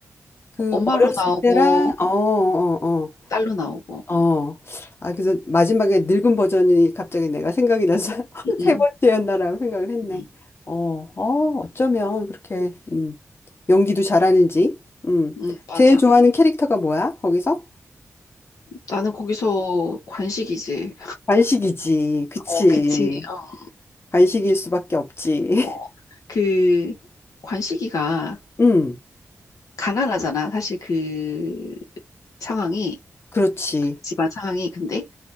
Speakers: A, on the left; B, on the left.
A: 그
B: 엄마로
A: 어렸을
B: 나오고,
A: 때랑 어, 어,
B: 딸로 나오고.
A: 어, 어. 아, 그래서 마지막에 늙은 버전이 갑자기 내가 생각이 나서 <laughs>
B: 응, 응,
A: 세 번째였나라는 생각을 했네.
B: 응.
A: 어, 어, 어쩌면 그렇게 음, 연기도 잘하는지. 음.
B: 응, 맞아.
A: 제일 좋아하는 캐릭터가 뭐야? 거기서?
B: 나는 거기서 관식이지.
A: 관식이지. 그치.
B: 어, 그치. 어,
A: 관식일 수밖에 없지.
B: 어.
A: <laughs>
B: 그 관식이가
A: 음,
B: 가난하잖아. 사실 그 상황이,
A: 그렇지.
B: 그 집안 상황이. 근데